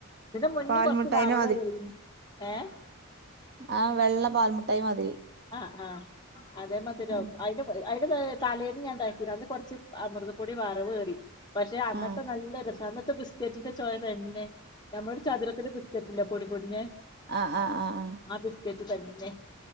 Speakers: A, on the left (about 20°); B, on the right (about 50°).
A: ഇതിന്റെ മുന്നേ
B: പാൽമുട്ടായിന്റെ
A: കൊർച്ച് വറവ് ഏറീനി ഏഹ്
B: ആഹ് വെള്ള പാൽമുട്ടായി മാതിരി
A: ആഹ് ആഹ് അതേ മതിരാവും
B: ആ
A: ഐൻ്റെ ഐന്റെ തലേന്ന് ഞാണ്ടാക്കീനി അന്ന് കൊർച്ച് അമൃതപ്പൊടി വറവേറി പക്ഷെ അന്നത്തെ
B: ആ
A: നല്ല രസ അന്നത്തെ ബിസ്ക്കറ്റിന്റെ ചൊയ തന്നെ നമ്മളൊരു ചതുരത്തിന്റെ ബിസ് ക്കേറ്റില്ലേ പോടിപൊട്ഞ്ഞെ
B: ആഹ് ആഹ് ആഹ് ആഹ്
A: ആ ബിസ്ക്കേറ്റ് തന്നെ